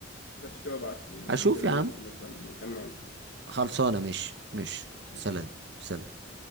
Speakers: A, on the left; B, on the right.
A: سرش كده وابعت لي لو
B: هشوف
A: كده
B: يا
A: نبقى
B: عم
A: نتجمع ونشوف
B: خلصانه مش مش
A: ماشي
B: سلام سلام